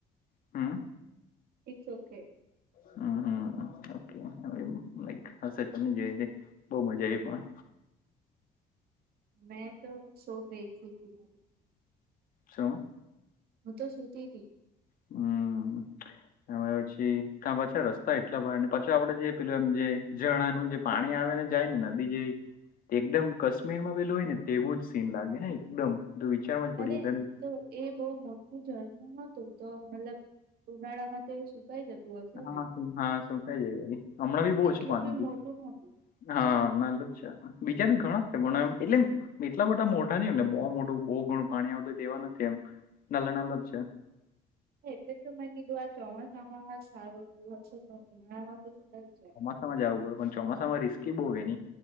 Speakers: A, on the left; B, on the right.
A: Hmm.
B: It's okay.
A: હમ ઓકેક હશેની જો બહ મજા આવી પણ.
B: મેં તો સો રહી થી.
A: છો.
B: હું તો સુતી તી.
A: હમ્મ. હ પછી ક પાછા રસ્તા એટલા બાર ને પાછ આપડે જે પેલું એમ જે ણનું જે. પાણી આવે ને જાય ને નદી જેવી. એકદમ કાશ્મીર માં પેલું હોય ને તેવું જ સીન લાગે હ એકદમ તો વિચારમાં જ પડી
B: અરે
A: જ તને.
B: તો એ બહુ મોટું ઝરનું નતું તો મતલબ ઉનાળામાં તો એ સુકાઈ જતું. હશે
A: હા
B: ને
A: હા શું ખાઈ જાય હમણાં બી બહુ
B: એટલું
A: છું પાણી.
B: બી મોટું નતું
A: હા નાાલુ જ છે બીજા ભી ઘણા છે બ એટલે. એટલા મોટા મોટા નહને બહુ મોટું બહુ ઘણું પાણી આવતું તેવા નથી એમ નલ નલ જ છે.
B: એટલે જ તો મેં કીધું આ ચોમાસાોમાસા સારો ર હશે તો ઉનાળાવા તો શું થ જાય.
A: માં જવું બોલો પણ ચોમાસામાંસ્કી બહુ ગ ની.